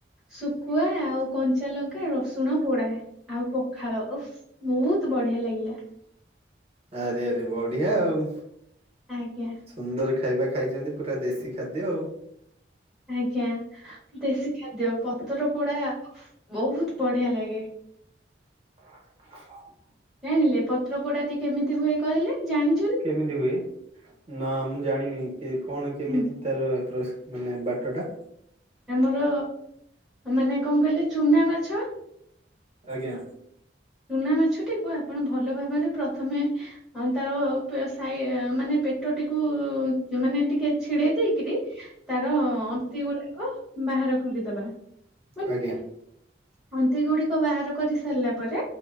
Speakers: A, in the centre; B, on the right.
A: ଶୁଖୁଆ ଆଉ କଞ୍ଚାଲଙ୍କା ରସୁଣ ପୋଡା, ଆଉ ପଖାଳ। ଓଃ ବହୁତ ବଢିଆ ଲାଗିଲା।
B: ଆରେ ଆରେ ବଢିଆ ଆଉ।
A: ଆଜ୍ଞା।
B: ସୁନ୍ଦର ଖାଇବା ଖାଇଛନ୍ତି, ପୁରା ଦେଶୀ ଖାଦ୍ୟ ଆଉ।
A: ଆଜ୍ଞା, ଦେଶୀ ଖାଦ୍ୟ ପତର ପୋଡା ଓଃ ବହୁତ ବଢିଆ ଲାଗେ।
B: <unintelligible>
A: ଜାଣିଲେ ପତ୍ର ପୋଡାଟି କେମିତି ହୁଏ କହିଲେ? ଜାଣି
B: କେମିତି ହୁଏ? ନା ମୁଁ ଜାଣିନି କି କଣ କେମିତି
A: ହୁଁ।
B: ତାର ପ୍ରସ ମାନେ ବାଟଟା।
A: ଆମର ମାନେ କଣ କହିଲେ, ଚୁନା ମାଛ
B: ଆଜ୍ଞା।
A: ଚୁନା ମାଛଟିକୁ ଆପଣ ଭଲ ଭାବରେ ପ୍ରଥମେ ଅନ୍ତା କ ତା ଉପରେ ସାଇ ମାନେ ପେଟଟିକୁ ମାନେ ଟିକେ ଛିଡେଇ ଦେଇକିରି, ତାର ଅନ୍ତି ଗୁଡାକ ବାହାର କରିଦବା ବୁଝିଲେ,
B: ଆଜ୍ଞା
A: ଅନ୍ତି ଗୁଡିକ ବାହାର କରି ସାରିଲା ପରେ